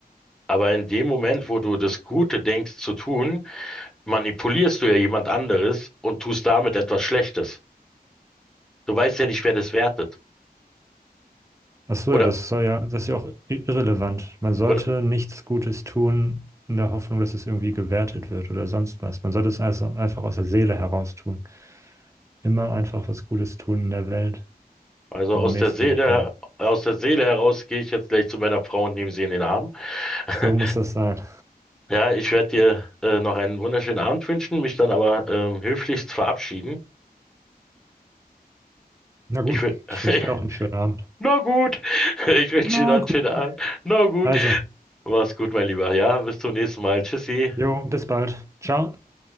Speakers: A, in the centre; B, on the right.
A: Aber in dem Moment, wo du das Gute denkst zu tun, manipulierst du ja jemand anderes und tust damit etwas Schlechtes. Du weißt ja nicht, wer das wertet.
B: Ach so,
A: Oder,
B: ja, das soll ja, das ist ja auch i- irrelevant. Man sollte
A: oder,
B: nichts Gutes tun in der Hoffnung, dass es irgendwie gewertet wird oder sonst was. Man sollte es also einfach aus der Seele heraus tun. Immer einfach was Gutes tun in der Welt
A: also
B: und
A: aus
B: Nächstenliebe.
A: der Seele, aus der Seele heraus gehe ich jetzt gleich zu meiner Frau und nehme sie in den Arm. <laughs>
B: So muss das sein.
A: Ja, ich werde dir äh, noch einen wunderschönen Abend wünschen, mich dann aber ähm, höflichst verabschieden.
B: Na gut,
A: Ich will,
B: ich
A: <laughs>
B: wünsche dir auch einen schönen Abend.
A: na gut, <laughs> ich wünsche
B: Na
A: dir noch einen
B: gut.
A: schönen Abend. Na gut,
B: Also,
A: mach's gut, mein Lieber. Ja, bis zum nächsten Mal. Tschüssi.
B: jo, bis bald. Ciao.